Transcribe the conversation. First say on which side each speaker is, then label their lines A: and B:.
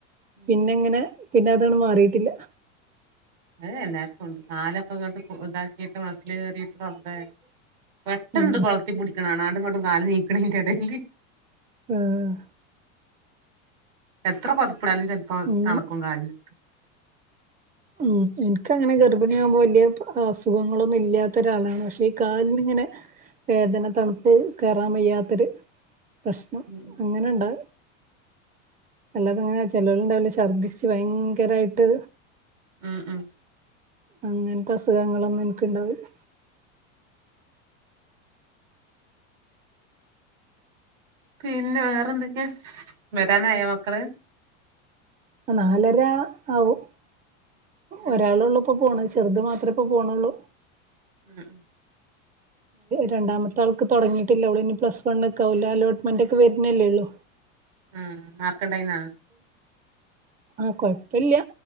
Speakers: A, on the right; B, on the right.
A: ഉം
B: പിന്നെങ്ങനെ പിന്നെ അതാണ് മാറീട്ടില്ല.
A: അത് എല്ലാർക്കും ഒണ്ട്. കാലൊക്കെ ഇങ്ങട്ട് കൊ ഇതാക്കീട്ട്, മസ്സ്ല് കേറീട്ട് റബ്ബേ പെട്ടെന്ന്ണ്ട്
B: ഉം
A: കൊളത്തിപ്പിടിക്ക്ണാണാ ആണ്ടു ഇങ്ങോട്ടും കാല് നീക്കണേ യ്ൻ്റടേല്.
B: ആഹ്
A: എത്ര പൊതപ്പ്ടാലും ചെൽപ്പം
B: ഉം
A: തണക്കും കാൽന്.
B: ഉം ഇൻക്കങ്ങനെ ഗർഭിണിയാകുമ്പോ വലിയ അസുഖങ്ങളൊന്നും ഇല്ലാത്ത ഒരാളാണ് പക്ഷെ ഈ കാല് ന് ഇങ്ങനെ വേദന തണുപ്പ് കയറാൻ വയ്യാത്തൊര് പ്രശ്നം
A: ഉം
B: അങ്ങനെ ഇണ്ട് അല്ലാത ഇങ്ങനെ ചെലവര് ണ്ടാവൂലെ ഛർദ്ദിച്ചു ഭയങ്കരായിട്ട്
A: ഉം ഉം.
B: അങ്ങൻത്തെ അസുഖങ്ങളൊന്നും ഇൻക്ക് ഇണ്ടാവില്ല.
A: പിന്നെ വേറെ എന്തൊക്കെയാ? വരാനായൊ മക്കള്?
B: നാലര ആവും.
A: ഉം
B: ഒരാള് ഉള്ളപ്പോ പോണ ചെറുത് മാത്രേ ഇപ്പ പോണൊള്ളൂ.
A: ഉം.
B: രണ്ടാമത്തെ ആൾക്ക് തുടങ്ങിട്ടില്ല അവൾ ഇനി പ്ലസ് വൺ ഒക്കെ ആവൂലെ അലോട്ട്മെന്റ് ഒക്കെ വരുന്നേല്ലേള്ളു.
A: ഉം മാർക്കുണ്ടായിരുന്നാ?
B: ആഹ് കുഴപ്പില്ല്യ